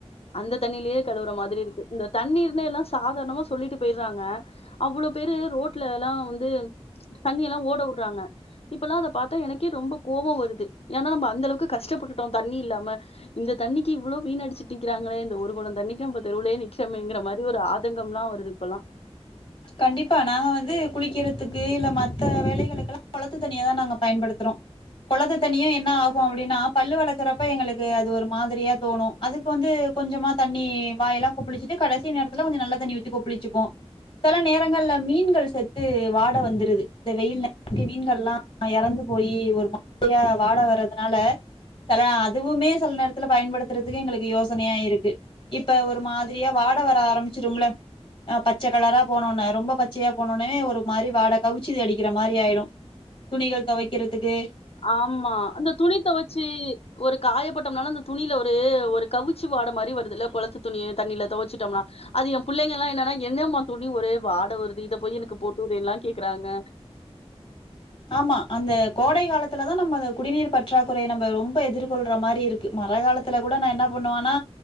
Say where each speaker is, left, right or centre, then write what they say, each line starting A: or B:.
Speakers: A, on the left; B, on the left.
A: அந்த தண்ணியிலேயே கழுவுற மாதிரிக்கு இருக்கு இந்த தண்ணீர்ன எல்லா சாதாரணமா சொல்லிட்டு போயிடுறாங்க அவ்வளோ பேரு ரோட்ல எல்லா வந்து தண்ணிய எல்லா ஓட விடுறாங்க இப்பல்லா அத பாத்தா எனக்கே ரொம்ப கோவோ வருது ஏன்னா நம்ம அந்த அளவுக்கு கஷ்டப்பட்டுட்டோ தண்ணி இல்லாம இந்த தண்ணிக்கு இவ்வளோ வீன் அடிச்சுட்டு நிக்கிறாங்களே இந்த ஒரு கொடோ தண்ணிக்கு நம்ம தெருவுலையே நிறிக்கிறோங்கிற மாரி ஒரு ஆதங் <unintelligible> ல்லா வருது இப்பல்லா
B: கண்டிப்பா நாங்க வந்து குளிக்கிறதுக்கு இல்ல மத்த வேலைகளுக்குல்லா குளத்து தண்ணிய தா நாங்க பயன்படுத்துற குளத்து தண்ணியும் என்ன ஆகும் அப்படின்னா பல்லு வளர்க்கறப்ப எங்களுக்கு அது ஒரு மாதிரியா தோணு அதுக்கு வந்து கொஞ்சமா தண்ணி வாயெல்லா கொப்பளிச்சிட்டு கடைச நேரத்தில கொஞ்சோ நல்ல தண்ணிச் கொப்பளிச்சி போ சில நேரங்கள்ல மீன்கள் சே து வாடை வந்துருது இந்த வெயில் நேரக்கு மீன்கள் எல்லா இறந்து போய் ஒரு மாதிரியா வாடை வரறதுனால சில அதுவுமே சில நேரத்துல பயன்படுத்துறதுக்கு எங்களுக்கு யோசனையா இருக்கு இப்ப ஒரு மாதிரியா வாடை வர ஆரம்பிச்சிரும் இல்ல அ பச்ச கலரா போனோனே ரொம்ப பச்சயா போனோனே ஒரு மாரி வாட கவிச்சுது அடிக்கிற மாரி ஆயிடு துணிகள் துவைக்கிறதுக்கு
A: ஆமா இந்த துணி துவச்சி ஒரு காயப்பட்டோம்னால அந்த துணில ஒரு ஒரு கவிச்சு வாட மாரி வருதுல்ல குளத்து துணி தண்ணியில துவைச்சுட்டோம்னா அது என் பிள்ளைங்க எல்லா என்னன்னா என்னம்மா துணி ஒரே வாட வருது இத போய் எனக்கு போட்டு விடுறேன்னு எல்ல கேக்குறாங்க
B: ஆமா அந்த கோடை காலத்துலதா நம்ம அந்த குடிநீர் பற்றாக்குறைய நம்ம ரொம்ப எதிர்கொள்ற மாரி இருக்கு மழை காலத்துல கூட நா என்ன பண்ணுவனா